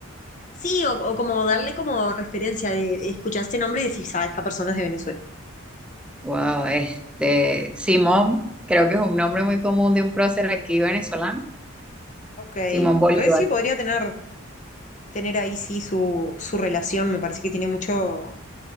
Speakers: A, on the left (about 35°); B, in the centre.
A: Sí, o, o como darle como referencia de escuchar este nombre y decir, ah, esta persona es de Venezuela.
B: Wow, este, Simón, creo que es un nombre muy común de un prócer aquí venezolano,
A: Ok,
B: Simón Bolívar.
A: re sí podría tener, tener ahí sí su, su relación, me parece que tiene mucho,